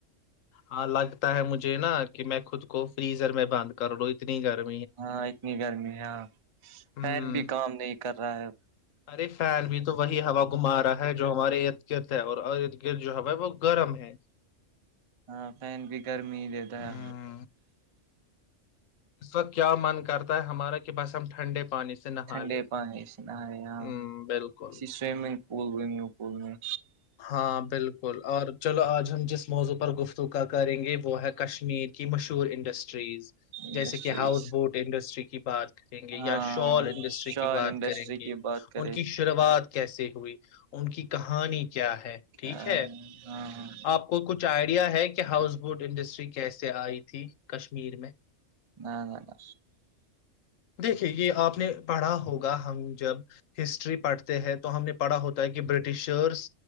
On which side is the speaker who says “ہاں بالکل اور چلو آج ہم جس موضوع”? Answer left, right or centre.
Left